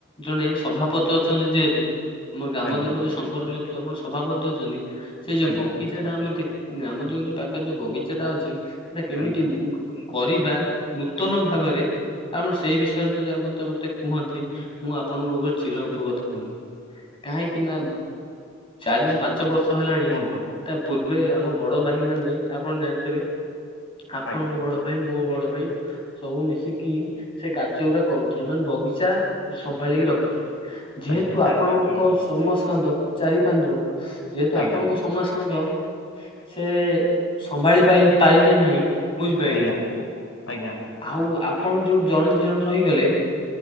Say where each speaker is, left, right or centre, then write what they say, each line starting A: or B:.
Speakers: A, on the left; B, on the left.
A: ଜଣେ ସଭାପତି ଅଛନ୍ତି ଯେହେତୁ ଆମ ଗ୍ରାମ
B: ଆଜ୍ଞା
A: ଦେବପତି ଶଙ୍କର ଯେହେତୁ ଆପଣ ସଭାପତି ଅଛନ୍ତି, ସେ ଯଉ
B: ଆଜ୍ଞା
A: ବଗିଚା ଟା ଆମର ଗ୍ରାମ ଯୋଉି ପାଖରେ ଯୋଉ ବଗିଚା ଟା ଅଛି ସେଇଟା କେମିତି
B: ଆଜ୍ଞା
A: କରିବା ନୂତନ ଭାଗରେ ଆପଣ ସେଇ ବିଷୟରେ ଯଦି ଆପତେ ମୋତେ କୁହନ୍ତି ମୁଁ ଆପଣଙ୍କୋ ଉପରେ ଚିର ଉପକୃତ ହୁଅନ୍ତି। କାହିଁକି ନା ଚାରିରୁ ପାଞ୍ଚ ବର୍ଷ ହେଲାଣି
B: କୁହନ୍ତୁ
A: ତା ପୂର୍ବେ ଆମ ବଡ ଭାଇ ମାନେ ଆପଣ ଜାଣିଥିବେ ଆପଣଙ୍କ
B: ଆଜ୍ଞା
A: ବଡ ଭାଇ ମୁଁ ବଡ ଭାଇ ସବୁ ମିଶିକି ସେ କାର୍ଯ୍ୟ ଗୁଡା କରୁଥିଲି ମାନେ ବଗିଚା ସମ୍ଭାଳିକି ରଖିଥିଲେ ଯେହେତୁ
B: ଆଜ୍ଞା ଚାରି
A: ଆପଣଙ୍କ
B: ପାଞ୍ଚ ଜଣ
A: ସମସ୍କାନ୍ତ ଚାରି ପାଞ୍ଚ ଜଣ ଯେହେତୁ
B: ଆଜ୍ଞା
A: ଆପଣଙ୍କ ସମସ୍କନ୍ଦ ସେ ସମ୍ଭାଳି ପାରି ପାରିଲେ ନାହିଁ। ବୁଝିପାରଲେ
B: ଆଜ୍ଞା ଆଜ୍ଞା
A: ଆଉ ଆପଣ ଯୋଉ ଜଣେ ଦ ଜଣେ ରହିଗଲେ